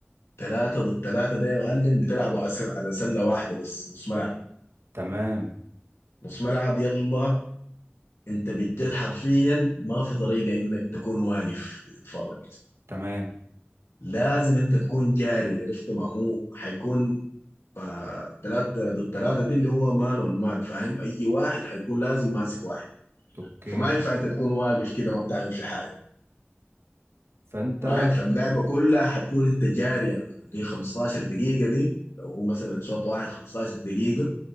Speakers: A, on the left; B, on the right.
A: 3 ضد 3 ده يا معلم بتلعبوا على سل- على سله واحده بس نص ملعب
B: تمام
A: نص ملعب يلا انت بجد حرفيا ما في طريقه انك تكون واقف بتتفرج
B: تمام
A: لازم انت تكون جاري عرفت ما هو حيكون آه تلاتة ضد تلاتة دي اللي هو مان اون مان فاهم اي واحد حيكون لازم ماسك واحد
B: اوكي
A: فما ينفع انت تكون واقف كده ما بتعمل في حاجة
B: فانت
A: فاهم فاللعبة كلها حتكون انت جاري يعني اللي 15 دقيقة دي لو هو مثلا شوط واحد 15 دقيقة